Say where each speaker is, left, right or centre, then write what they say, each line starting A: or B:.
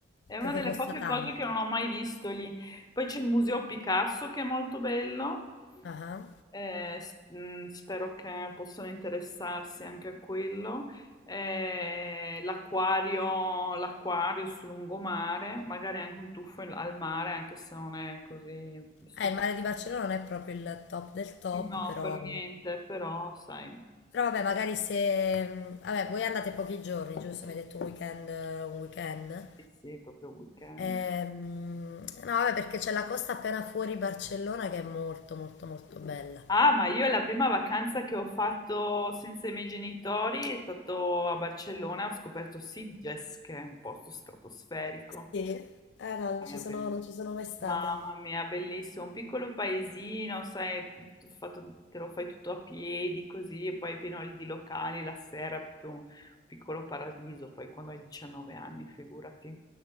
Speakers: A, on the left (about 20°); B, on the left (about 60°).
A: È una
B: perché
A: delle
B: costa
A: poche
B: tanto.
A: cose che non ho mai visto lì. Poi c'è il Museo Picasso che è molto bello.
B: Ah ah.
A: eh, s- mh, spero che possano interessarsi anche a quello. Eh, l'acquario, l'acquario sul lungomare, magari anche un tuffo in- al mare, anche se non è così stupendo.
B: Eh, il mare di Barcellona non è proprio il top del top,
A: No,
B: però...
A: per niente, però sai,
B: Però vabbè, magari se... mh, Vabbè, voi andate pochi giorni, giusto? Mi hai detto un weekend, eh, un weekend.
A: sì, sì, proprio weekend.
B: Ehm, no, vabbè, perché c'è la costa appena fuori Barcellona che è molto, molto, molto bella.
A: Ah, ma io la prima vacanza che ho fatto senza i miei genitori è stato a Barcellona, ho scoperto Sitges, che è un posto stratosferico.
B: Sì? Eh no, non
A: Eh,
B: ci sono,
A: be-
B: non ci sono mai stata.
A: Mamma mia, bellissimo, un piccolo paesino, sai, tu- fatto- te lo fai tutto a piedi così, e poi pieno di locali la sera, proprio un piccolo paradiso, poi quando hai 19 anni, figurati.